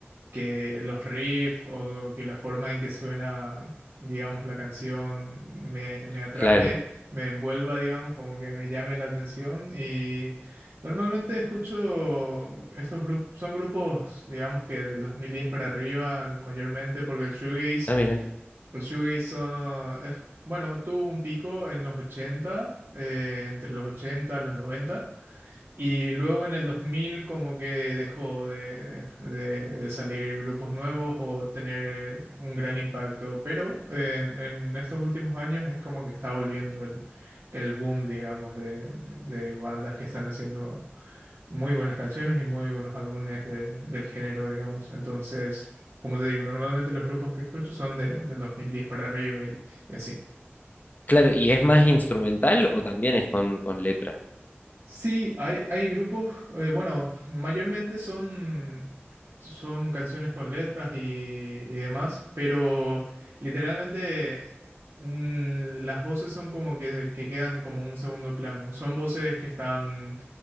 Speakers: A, on the right; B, on the left.
A: que los riffs o que la forma en que suena, digamos, la canción me, me atrape,
B: Claro.
A: me envuelva, digamos, como que me llame la atención. Y normalmente escucho estos grupos, son grupos, digamos, que del 2010 para arriba, mayormente, porque el shoegaze,
B: Ah, mira.
A: el shoegaze son- es, bueno, tuvo un pico en los 80, eh, entre los 80 y los 90. Y luego en el 2000 como que dejó de, de- de salir grupos nuevos o tener un gran impacto, pero en, en estos últimos años es como que está volviendo el, el boom, digamos, de, de bandas que están haciendo muy buenas canciones y muy buenos álbumes de- del género, digamos. Entonces, como te digo, normalmente los grupos que escucho son de, del 2010 para arriba y, y así.
B: Claro, ¿y es más instrumental o también es con, con letra?
A: Sí, hay, hay grupos, eh, bueno, mayormente son, son canciones con letras y, y demás, pero literalmente eh, mm, las voces son como que, que quedan como un segundo plano. Son voces que están,